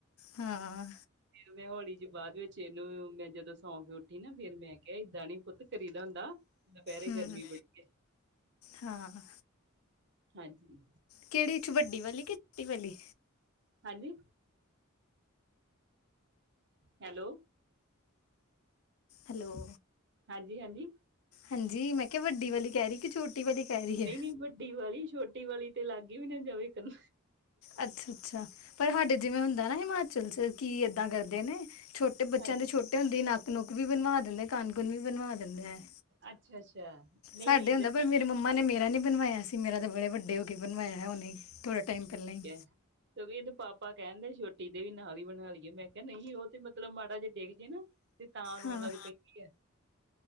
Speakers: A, on the left; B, on the right.
A: ਹਾਂ
B: ਫੇਿਰ ਮੈਂ ਹੌਲੀ ਜੀ ਬਾਅਦ ਵਿੱਚ ਇਹਨੂੰ ਮੈਂ ਜਦੋਂ ਸੌਂ ਕੇ ਉੱਠੀ ਨਾ ਫੇਿਰ ਮੈਂ ਏਦਾਂ ਨੀ ਪੁੱਤ ਕਰੀ ਦਾ ਹੁੰਦਾ ਦੁਪਹਿਰੇ
A: ਹੂੰ
B: ਗਰਮੀ ਬੜੀ ਹੈ।
A: ਹਾਂ
B: ਹਾਂਜੀ।
A: ਕਿਹੜੀ ਚ ਵੱਡੀ ਵਾਲੀ ਕਿ ਛੋਟੀ ਵਾਲੀ
B: ਹਾਂਜੀ। Hello
A: hello.
B: ਹਾਂਜੀ ਹਾਂਜੀ।
A: ਹਾਂਜੀ ਮੈਂ ਕਿਹਾ ਵੱਡੀ ਵਾਲੀ ਕਹਿ ਰਹੀ ਕਿ ਛੋਟੀ ਵਾਲੀ ਕਹਿ ਰਹੀ
B: ਨਹੀਂ
A: ਹੈ
B: ਨਹੀਂ ਵੱਡੀ ਵਾਲੀ ਛੋਟੀ ਵਾਲੀ ਤੇ ਲਾਗੇ ਵੀ ਨਾ ਜਾਵੇ ਇਕਨ।
A: ਅੱਛਾ ਅੱਛਾ ਪਰ ਸਾਡੇ ਜਿਵੇਂ ਹੁੰਦਾ ਨਾ ਹਿਮਾਚਲ ਚ ਕੀ ਏਦਾਂ ਕਰਦੇ ਨੇ। ਛੋਟੇ ਬੱਚਿਆਂ
B: ਹਾਂਜੀ
A: ਦੇ ਛੋਟੇ ਹੁੰਦੇ ਹੀ ਨੱਕ ਨੁੱਕ ਵੀ ਵਣਵਾ ਦਿੰਦੇ ਕੰਨ ਕੁਨ ਵੀ ਬਣਵਾ ਦਿੰਦੇ ਹੈ।
B: ਅੱਛਾ ਅੱਛਾ। ਨਹੀਂ
A: ਸਾਡੇ
B: ਇਹਦਾ
A: ਹੁੰਦਾ
B: ਠੀਕ
A: ਪਰ ਮੇਰੇ ਰੇ ਮੰਮਾ ਨੇ ਮੇਰਾ ਨ ਬਵਾਇਆ ਸੀ ਮੇਰਾ ਬੇ ਵੱਡੇ ਹੋ ਕੇ ਬਣਵਾਇਆ ਉਹਨੇ ਥੋੜਾ ਟਾਈਮ ਪਹਿਲਾਂ। ਹੀ।
B: ਅਛ ਸਗੋ ਇਹਦੇ ਪਾਪਾ ਕਹਿਣ ਦਏ ਛੋਟੀ ਦੇ ਵੀ ਨਾਲ ਹੀ ਵਨਾ ਲਈਏ ਮੈਂ ਕਿਹਾ ਨਹੀਂ ਉਹ ਤੇ ਮਤਲਬ ਮਾੜਾ ਜੇ ਡਿੱਗ ਜੇ ਨਾ ਤੇ ਤਾਂ ਰੋਣ
A: ਹਾਂ
B: ਲੱਗ ਪੈਂਦੀ ਹੈ।